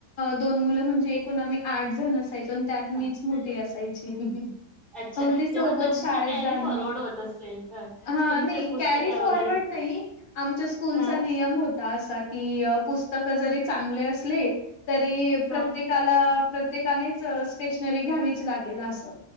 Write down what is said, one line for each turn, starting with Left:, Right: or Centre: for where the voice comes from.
Left: दोन मुलं म्हणजे एकूण आम्ही आठ जण असायचो आणि त्यात मीच
Centre: हां,
Left: मोठी
Centre: म्हणजे हं.
Left: असायची
Centre: अच्छा.
Left: आणि सोबत
Centre: तेव्हा तुमचं
Left: शाळेत
Centre: कॅरी
Left: जाणं
Centre: फॉरवर्ड होत असेल. हं.
Left: हा
Centre: तुमचे
Left: नाही
Centre: पुस्तकं
Left: कॅरी फॉरवर्ड
Centre: वगैरे.
Left: नाही आमच्या स्कूलचा
Centre: हां,
Left: नियम होता अस की पुस्तक जरी चांगले असले तरी प्रत्येकाला
Centre: हां.
Left: प्रत्येकानेच स्टेशनरी घ्यावीच लागेल असं